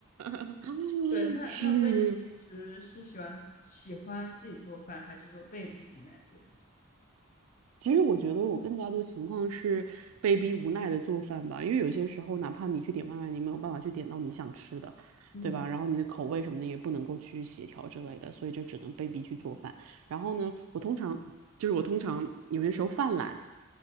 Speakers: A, on the right (about 80°); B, on the left (about 35°).
A: <laughs>
B: 对，那那所以你平时是喜欢喜欢自己做饭，
A: 是。
B: 还是说被逼无奈做饭？
A: 其实我觉得我更加多情况是被逼无奈的做饭吧，因为有些时候哪怕你去点外卖，你没有办法去点到你想吃的，
B: 嗯，
A: 对吧？然后你的口味什么的也不能够去协调之类的，
B: 对对对，
A: 所以就只能被逼去做饭。然后呢，我通常就是我通常有些时候犯懒，